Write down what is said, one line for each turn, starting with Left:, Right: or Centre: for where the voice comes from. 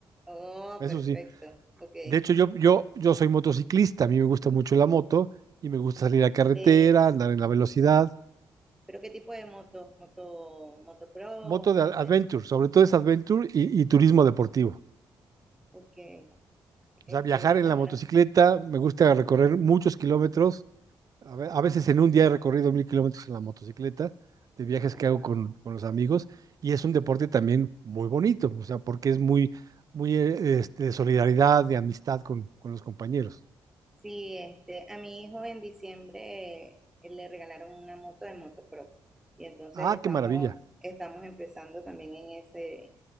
Centre: Oh,
Right: eso
Centre: perfecto.
Right: sí.
Centre: Ok.
Right: De hecho, yo, yo, yo soy motociclista, a mí me gusta mucho la moto y me gusta salir a carretera,
Centre: De...
Right: andar en la velocidad.
Centre: ¿Pero qué tipo de moto? ¿Moto, motocross?
Right: Moto de a-
Centre: Este,
Right: adventure, sobre todo es adventure y, y turismo deportivo.
Centre: ok. Este,
Right: O sea, viajar
Centre: ahorita,
Right: en la
Centre: bueno,
Right: motocicleta, me gusta recorrer muchos kilómetros. A ve- a veces en un día he recorrido mil kilómetros en la motocicleta, de viajes que
Centre: wow.
Right: hago con, con los amigos. Y es un deporte también muy bonito, o sea, porque es muy, muy eh, este, de solidaridad, de amistad con, con los compañeros.
Centre: Sí, este, a mi hijo en diciembre eh, le regalaron una moto de motocross y entonces
Right: Ah,
Centre: estamos,
Right: qué maravilla.
Centre: estamos empezando también en ese,